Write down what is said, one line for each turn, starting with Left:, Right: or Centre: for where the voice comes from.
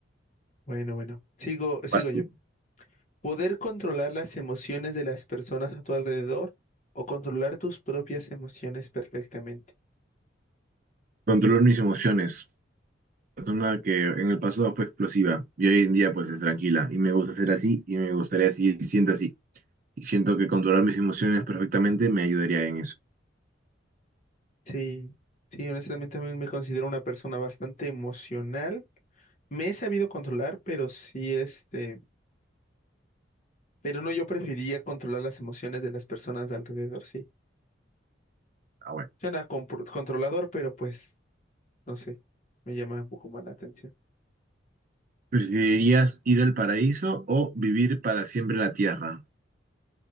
Left: Bueno, bueno. Sigo, sigo
Right: vas tú.
Left: yo. Poder controlar las emociones de las personas a tu alrededor o controlar tus propias emociones perfectamente.
Right: Controlar mis emociones. persona que en el pasado fue explosiva y hoy en día pues es tranquila y me gusta ser así y me gustaría seguir siendo así. Y siento que controlar mis emociones perfectamente me ayudaría en eso.
Left: Sí, sí, honestamente también me considero una persona bastante emocional. Me he sabido controlar, pero sí, este, pero no, yo preferiría controlar las emociones de las personas de alrededor, sí.
Right: Ah, bueno.
Left: Suena compro- controlador, pero pues, no sé, me llama un poco más la atención.
Right: ¿Preferirías ir al paraíso o vivir para siempre en la tierra?